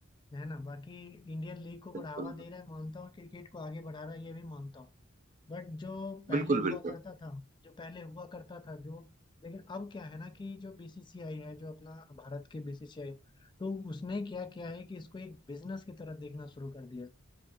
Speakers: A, on the left; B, on the right.
A: है ना बाकी इंडियन लीग को बढ़ावा
B: बिल्कुल
A: दे रहा है मानता हूँ क्रिकेट को आगे बढ़ा रहा है ये भी मानता हूँ बट जो पहले
B: बिल्कुल
A: हुआ
B: बिल्कुल
A: करता था जो पहले हुआ करता था जो लेकिन अब क्या है ना कि जो बीसीसीआई है जो अपना भारत के बीसीसीआई तो उसने क्या किया है कि इसको एक बिजनेस की तरह देखना शुरू कर दिया